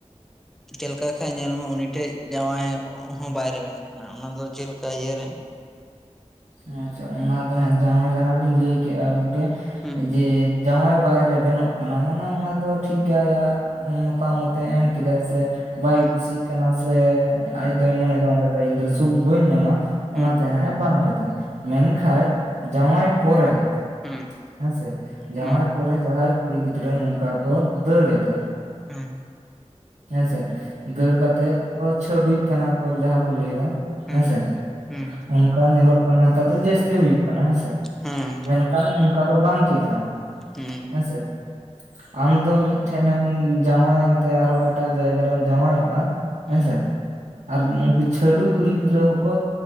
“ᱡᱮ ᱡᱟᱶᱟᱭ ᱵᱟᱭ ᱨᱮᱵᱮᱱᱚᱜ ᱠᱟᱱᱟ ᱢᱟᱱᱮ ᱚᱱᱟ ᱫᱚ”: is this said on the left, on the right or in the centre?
Right